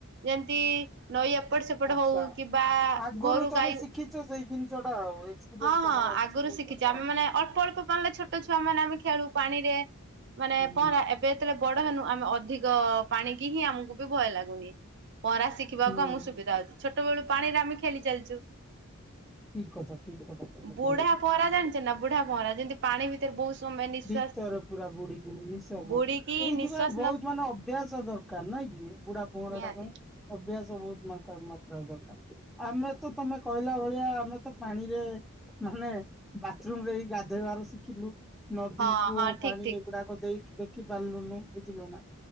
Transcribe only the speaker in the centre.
ଆଚ୍ଛା
ଆଗରୁ
ତମେ
ଶିଖିଛ ସେଇ ଜିନିଷ ଟା ଆଉ ଏକ୍ସପିରିଏନ୍ସ
ତମର
ଅଛି
ସେଇଟା
ଆଉ।
ହୁଁ
ହୁଁ
ଠିକ କଥା ଠିକ କଥା
କଥା।
ଭିତରେ ପୁରା ବୁଡିିକିନି ନିଶ୍ୱାସ
ଏଇଥିପାଇ
ବହୁତ
ମାନେ ଅଭ୍ୟାସ ଦରକାର ନାଇଁ କି ବୁଢା ପହଁରା
ଟା ପାଇଁ। ଅଭ୍ୟାସ ବହୁତ ମା ମାତ୍ରାରେ ଦରକାର। ଆମେ ତ ତମେ କହିଲା ଭଳିଆ ଆମେ ତ ପାଣିରେ ମାନେ ବାଥରୁମ ରେ ହି ଗାଧେଇବାର ଶିଖିଲୁ। ନଦୀ
କୂଅ
ପାଣି
ଏଗୁଡାକ ଦେଇ ଦେଖି ପାରିଲୁନୁ ବୁଝିଲ ନା।